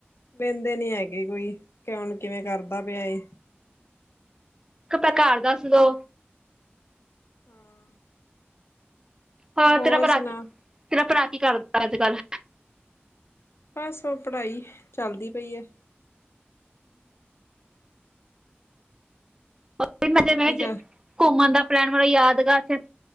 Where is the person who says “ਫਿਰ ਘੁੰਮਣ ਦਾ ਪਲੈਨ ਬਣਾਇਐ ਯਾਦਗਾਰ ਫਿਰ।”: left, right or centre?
Right